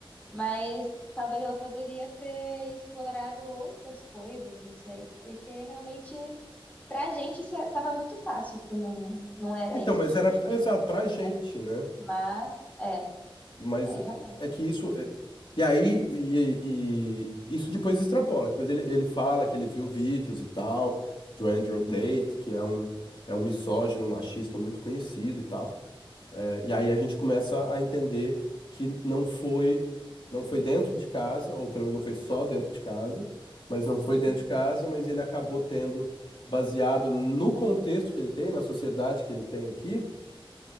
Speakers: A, on the left; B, on the left.
A: Mas talvez ela poderia ter explorado outras coisas, não sei. Porque realmente, pra gente, isso estava muito fácil que não, não era
B: Então,
A: esse
B: mas
A: tipo
B: era
A: de conflito,
B: exato pra gente,
A: né?
B: né?
A: Mas, é,
B: Mas
A: é realmente.
B: é que isso. é- E aí, e, e- isso depois extrapola. Depois ele, ele fala que ele viu vídeos e tal, do Andrew Tate,
A: Uhum,
B: que é um, é um misógino, machista muito conhecido e tal. É, E aí a gente começa a entender que não foi, não foi dentro de casa, ou pelo menos não foi só dentro de casa, mas não foi dentro
A: uhum,
B: de casa, mas ele acabou tendo, baseado no contexto que ele tem, na sociedade que ele tem aqui